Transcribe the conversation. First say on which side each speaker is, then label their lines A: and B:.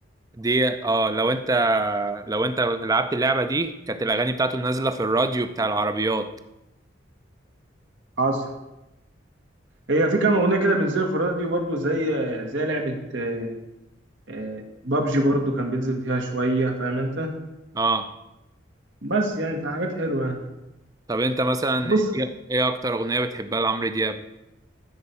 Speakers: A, on the right; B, on the right.
A: دي اه لو انت لو انت لعبت اللعبه دي كانت الاغاني بتاعته نازله في الراديو بتاع العربيات
B: حاصل هي في كام أغنية كده بينزلوا في الراديو برضو زي زي لعبة آه، آه، بابجي برضو كان بينزل فيها شوية فاهم أنت
A: اه
B: بس يعني في حاجات حلوة يعني
A: طب انت مثلا
B: بص
A: ايه إيه اكتر اغنيه بتحبها لعمرو دياب